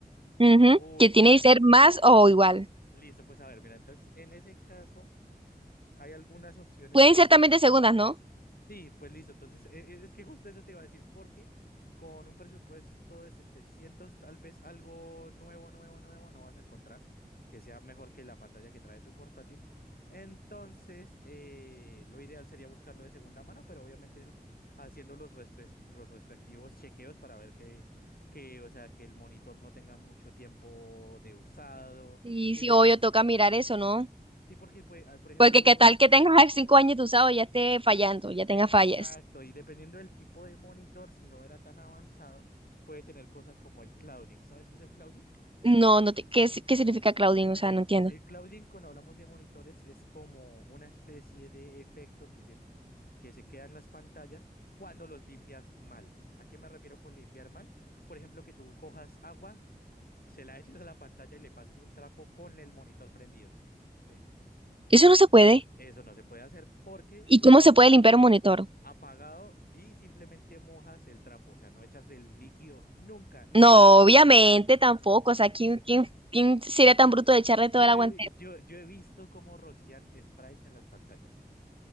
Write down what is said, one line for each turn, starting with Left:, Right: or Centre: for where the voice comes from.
Right: Ujú,
Left: Uy,
Right: Que
Left: Cari.
Right: tiene que ser más
Left: Pues, eh,
Right: o igual.
Left: listo, pues a ver, mira, entonces en ese caso hay algunas opciones
Right: Pueden
Left: que son
Right: ser también de segundas, ¿no?
Left: Sí, pues listo. Entonces, e- e- es que justo eso te iba a decir, porque con un presupuesto de 700, tal vez algo nuevo, nuevo, nuevo no vas a encontrar que sea mejor que la pantalla que trae tu portátil. Entonces, eh, lo ideal sería buscarlo de segunda mano, pero obviamente haciendo los, respe- los respectivos chequeos para ver que, que, o sea, que el monitor no tenga mucho tiempo de usado,
Right: Y
Left: que
Right: sí,
Left: se...
Right: obvio, toca mirar eso, ¿no?
Left: Sí, porque, pues, ah, por ejemplo...
Right: Porque qué tal que tengas <laughs> cinco años de usado y ya esté fallando, ya
Left: Exacto,
Right: tenga fallas.
Left: y dependiendo del tipo de monitor, si no era tan avanzado, puede tener cosas como el clouding. ¿Sabes qué es el clouding?
Right: No, no te- ¿qué, si- qué significa Claudine? O sea,
Left: El,
Right: no entiendo.
Left: el clouding, cuando hablamos de monitores, es como una especie de efecto que se, que se queda en las pantallas cuando los limpias mal. ¿A qué me refiero con limpiar mal? Por ejemplo, que tú cojas agua, se la eches a la pantalla y le pases un trapo con el monitor prendido. ¿sí?
Right: Eso no se puede.
Left: Eso no se puede hacer porque
Right: ¿Y
Left: le
Right: cómo
Left: puede,
Right: se puede limpiar un monitor?
Left: apagado y simplemente mojas el trapo, o sea, no echas el líquido nunca, nunca.
Right: No, obviamente tampoco. O sea, ¿quién, quién, quién sería tan bruto de echarle
Left: Yo
Right: todo el
Left: he,
Right: aguante?
Left: vi- yo, yo he visto cómo rocían sprays en las pantallas.